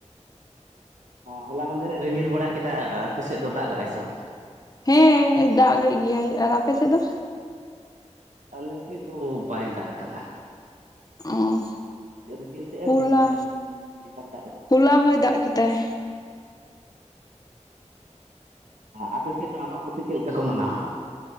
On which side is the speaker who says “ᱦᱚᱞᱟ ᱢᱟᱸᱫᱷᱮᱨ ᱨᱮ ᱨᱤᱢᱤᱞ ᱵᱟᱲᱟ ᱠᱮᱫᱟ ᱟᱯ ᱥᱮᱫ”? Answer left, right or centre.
Right